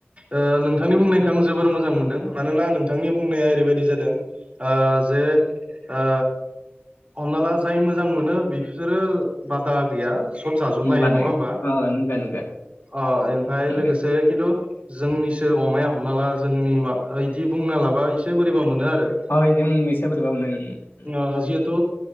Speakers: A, on the right; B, on the left.
A: ओ नोंथांनि बुंनायखौ आं जोबोर मोजां मोनदों मानोना नोंथांनि बुंनाया ओरैबायदि जादों ओ जे ओ हमना ला जाय मोजां मोनो बिसोरो बादा गैया सब जाजोबनो
B: होमबानो
A: हायो नङा होमबा
B: अ नंगो नंगो
A: अह ओमफ्राय
B: नंगो
A: लोगोसे खिन्थु जोंनिसो अमाया हमना ला जोंनि मा ओ इदि बुंना लाबा इसे बोरैबा मोनो आरो
B: अह जों इसे बोरैबा मोनो उम
A: ओ जिहेथु